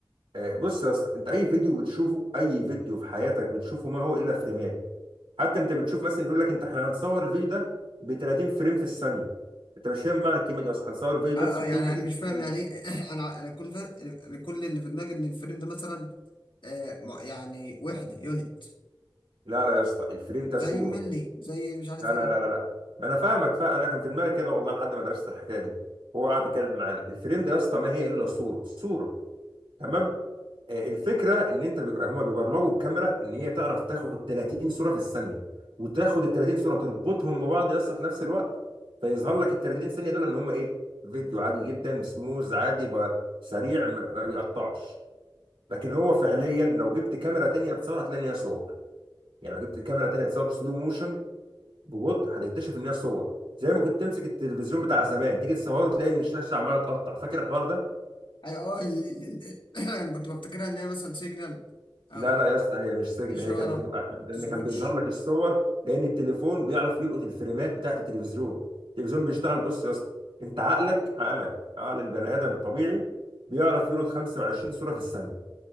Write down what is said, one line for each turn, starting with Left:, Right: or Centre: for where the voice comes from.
Right: آه، بص يا اسطى انت اي فيديو بتشوفه اي فيديو في حياتك بتشوفه ما هو الا فريمات حتى انت بتشوف مثلا يقول لك انت احنا هنصور الفيديو ده ب 30 فريم في الثانيه انت مش فاهم معنى الكلمه دي اصلا هنصور الفيديو
Left: اه
Right: ده ب 60
Left: اه يعني
Right: فريم
Left: انا
Right: في
Left: مش فاهم
Right: الثانيه
Left: يعني ايه <clears throat> انا انا كل ف... انا كل اللي في دماغي ان الفريم ده مثلا آه مع- يعني وحده يونت
Right: لا لا يا اسطى الفريم ده
Left: زي
Right: صوره
Left: ملي زي مش عارف
Right: لا
Left: ايه
Right: لا لا لا لا ما انا فاهمك فاهم انا كان في دماغي كده والله لحد ما درست الحكايه دي هو قعد يتكلم معانا الفريم ده يا اسطى ما هي الا صوره صوره تمام آه، الفكره ان انت بيبقى هما بيبرمجوا الكاميرا ان هي تعرف تاخد 30 صوره في الثانيه وتاخد ال 30 صوره تربطهم ببعض يس في نفس الوقت فيظهر لك ال 30 ثانيه دول ان هما ايه فيديو عادي جدا سموز عادي ب- سريع ما ما بيقطعش لكن هو فعليا لو جبت كاميرا تانية تصور هتلاقي ان هي صور يعني لو جبت كاميرا تانية تصور سلو موشن ببطء هتكتشف ان هي صور زي ما كنت تمسك التلفزيون بتاع زمان تيجي تصوره تلاقي ان الشاشه عماله تقطع فاكر الحوار ده
Left: اي اه ال... ال... ال... <clears throat> انا كنت بفتكرها ان هي مثلا سيجنال او
Right: لا لا يا اسطى هي مش سجن
Left: اشاره
Right: هي كانت بتبقى احلى
Left: ما بتظبطش
Right: لان كان بيظهر لك الصور لان التليفون بيعرف يلقط الفريمات بتاعت التلفزيون التلفزيون بيشتغل بص يا اسطى انت عقلك عقلك عقل البني ادم الطبيعي بيعرف يلقط 25 صوره في الثانيه